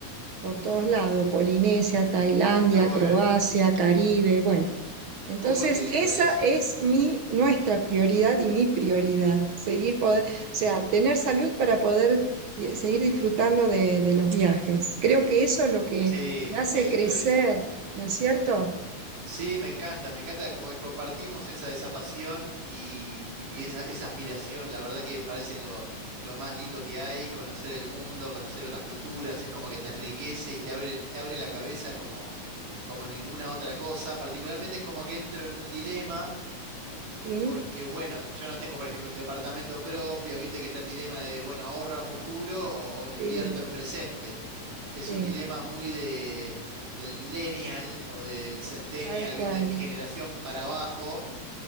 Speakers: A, on the right; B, on the right.
A: por todos lados, Polinesia, Tailandia,
B: Qué bueno.
A: Croacia, Caribe, bueno, entonces,
B: Uy, qué lindo
A: esa
B: eso.
A: es mi, nuestra prioridad y mi prioridad, seguir poder, o sea, tener salud para poder di- seguir disfrutando de, de los viajes. Creo que eso es lo que
B: Sí,
A: te hace
B: qué lindo
A: crecer,
B: eso.
A: ¿no es cierto?
B: Sí, me encanta, me encanta como que compartimos esa, esa pasión y, y esa, esa aspiración. La verdad que me parece lo, lo más lindo que hay, conocer el mundo, conocer otras culturas, es como que te enriquece y te abre, te abre la cabeza como, como ninguna otra cosa. Particularmente es como que entro en un dilema,
A: Sí,
B: porque bueno, yo no tengo, por ejemplo, un departamento propio, viste que está el dilema de, bueno, ahorro a futuro o, o lo invierto
A: sí,
B: en presente. Es
A: sí,
B: un dilema muy de, del millennial o del centennial,
A: tal cual.
B: ¿viste? De mi generación para abajo,